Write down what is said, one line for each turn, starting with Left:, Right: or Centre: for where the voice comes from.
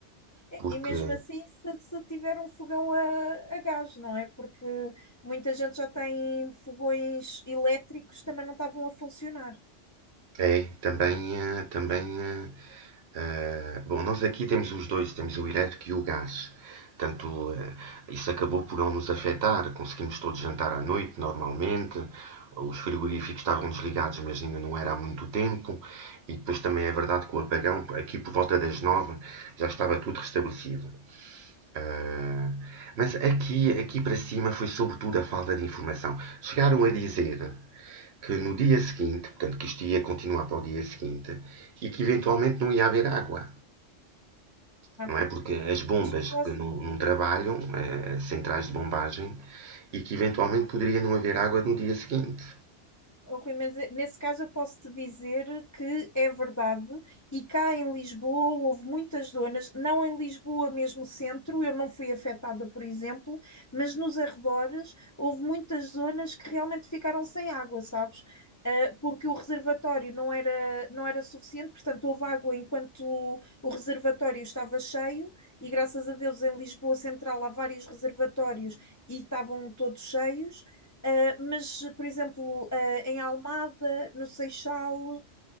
Right: Porque
Left: E e mesmo assim, se, se tiver um fogão a, a gás, não é? Porque muita gente já tem fogões elétricos, também não estavam a funcionar.
Right: é, também, eh, também eh, Eh, bom, nós aqui temos os dois, temos o elétrico e o gás. Portanto, eh, isso acabou por não nos afetar. Conseguimos todos jantar à noite, normalmente. Os frigoríficos estavam desligados, mas ainda não era há muito tempo. E depois também é verdade que o apagão, aqui por volta das nove, já estava tudo restabelecido. Eh, mas aqui, aqui para cima foi sobretudo a falta de informação. Chegaram a dizer que no dia seguinte, portanto, que isto ia continuar para o dia seguinte, e que eventualmente não ia haver água
Left: Há
Right: não é? Porque as
Left: muitas
Right: bombas
Left: pessoas
Right: que não, não trabalham, eh, as centrais de bombagem, e que eventualmente poderia não haver água no dia seguinte.
Left: Oh, Rui, mas eh, nesse caso eu posso te dizer que é verdade, e cá em Lisboa houve muitas zonas, não em Lisboa mesmo centro, eu não fui afetada, por exemplo, mas nos arredores houve muitas zonas que realmente ficaram sem água, sabes? Ah, porque o reservatório não era, não era suficiente, portanto houve água enquanto o, o reservatório estava cheio, e graças a Deus em Lisboa Central há vários reservatórios e estavam todos cheios Uh, mas, por exemplo, uh, em Almada, no Seixal, uh,